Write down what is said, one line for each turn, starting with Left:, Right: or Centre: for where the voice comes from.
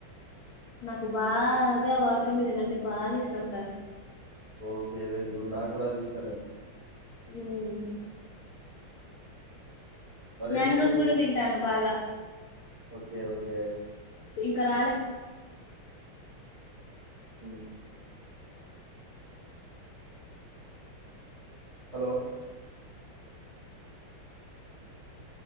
Left: నాకు బాగా వాటర్ మీద ఏంటే బాగా ఇష్టాం సార్
Right: ఓకే వెరీ గుడ్ నాకు కూడా అది ఇష్టమే
Left: మ్మ్.
Right: మరెందుకు
Left: మ్యాంగోస్ కూడా తింటాను బాగా
Right: ఓకే. ఓకే.
Left: ఇంకా రాలే
Right: హ హలో